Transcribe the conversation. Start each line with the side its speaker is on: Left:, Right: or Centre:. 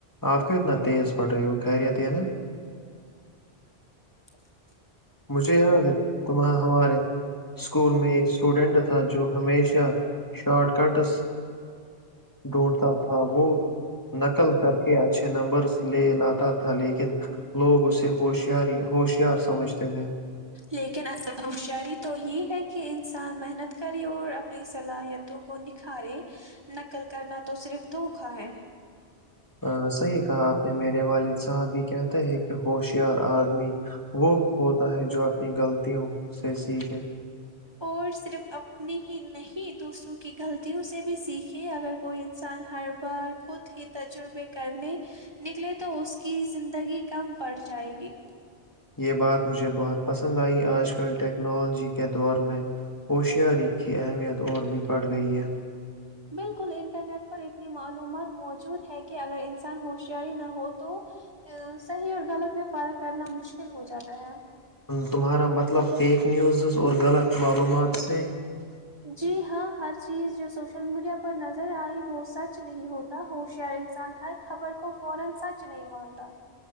Left: آپ کییت ن نہ تیز پٹ رہے ہو خیریت یہ ہے نا
Right: ا
Left: مجھے یاد ہے تماں ہمارے اسکول میں ایک اسٹوڈینٹ تھا جو ہمیشہ شارٹ کٹس ڈھونڈتا تھا وہ نقل کر کے اچھے نمبر لے لاتا تھا لیکن لوگ اسے ہوشیاری ہوشیار سمجھ چد ہے
Right: لیکن ال ہوشیری تو یہ ہے کہ انسان محنت کرے اور اپنی صلاحیتوں کو نکھارے نقل کرنا تو صرف دوکھا ہے
Left: ا صحیح کہا آپ نے میرے والد صاحب بھی کہتے ہیں کہ ہوشیار آدمی وہ ہوتا ہے جو اپنی غلطوں سے سیکھے
Right: اور صرف اپنی ہی نہیں دوسروں کی غلطیوں سے بھی سیکھے اگر کوئی انسان ہر بار خود ہی تجربے کرنے نکلے تو اس کی زندگی کم بڑ جائے گی
Left: یہ بات مجھے بہت پسند آئی، آج کل ٹیکنالوجی کے دور میں ہوشیاری کی اہمیت اور بھی بڑھ گئی ہے
Right: بالکل انٹرنیٹ پر اتنی معلومات موجود ہے کہ اگر انسان ہوشیاری نہ ہو تو صحیح اور غلط میں فارق کرنا مشکل ہو جاتا ہے
Left: تمہارا مطلب فیک نیوزز اور غلط معلومات سے
Right: جی ہاں فرسٹ چیز جو سوشل میڈیا پر نظر ائی وہ سچ نہیں ہوتا ہوشیار انسان ہر خبر کو فورا سچ نہیں مانتا